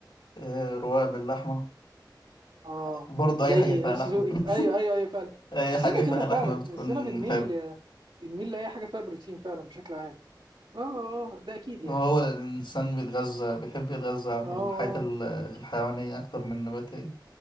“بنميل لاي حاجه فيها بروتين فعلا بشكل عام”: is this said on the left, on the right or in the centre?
Right